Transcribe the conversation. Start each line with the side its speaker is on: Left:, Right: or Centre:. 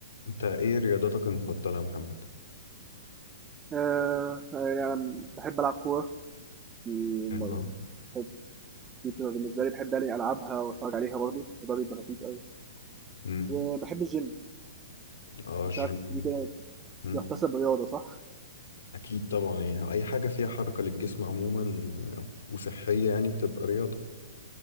Left: انت ايه رياضتك المفضلة يا محمد؟
Right: آآ، فيعني باحب ألعب كورة، دي
Left: حلو
Right: م
Left: أوي.
Right: باحب دي بتبقى بالنسبة لي باحب يعني ألعبها وأتفرّج عليها برضه، وده بيبقى لطيف أوي،
Left: امم
Right: وباحب الgym
Left: اه الجيم
Right: مش عارف دي كده
Left: مم.
Right: تُحتسب رياضة صح؟
Left: اكيد طبعا يعني اي حاجة فيها حركة للجسم عموما آه، وصحية يعني بتبقى رياضة